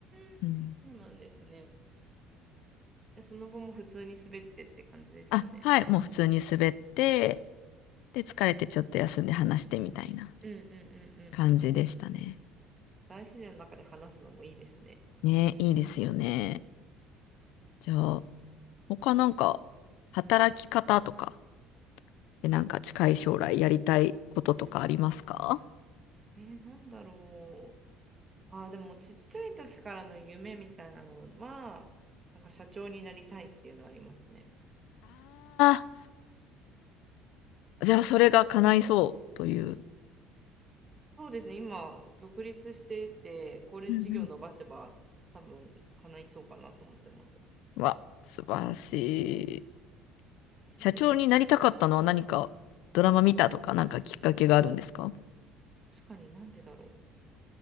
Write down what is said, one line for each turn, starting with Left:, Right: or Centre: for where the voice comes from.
Right: うーん、
Left: うん。
Right: そうなんですね。でスノボも普通に滑ってって感じですよね。
Left: あ、はい、もう普通に滑って、で、疲れてちょっと休んで話してみたいな
Right: うんうんうんうん。
Left: 感じでしたね。
Right: 大自然の中で話すのもいいですね。
Left: ね、いいですよね。じゃあ、他なんか、働き方とか、で、なんか近い将来やりたいこととかありますか
Right: えー、なんだろう。ああ、でもちっちゃい時からの夢みたいなのは、なんか社長になりたいっていうのはありますね。
Left: ああー、じゃあそれが叶いそうという。
Right: そうですね、今、独立してて、これ事業伸ばせば、
Left: うんうん
Right: 多分叶いそうかなと思ってます。
Left: わ、素晴らしい。
Right: いやいやいや、
Left: 社長になりたかったのは何かドラマ見たとかなんかきっかけがあるんですか
Right: 確かになんでだろ